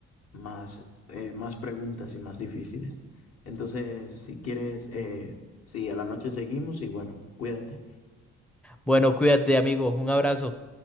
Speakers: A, on the left; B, in the centre.
A: más, eh, más preguntas y más difíciles. Entonces, si quieres, eh, sí, a la noche seguimos y bueno, cuídate.
B: Bueno, cuídate, amigo. Un abrazo.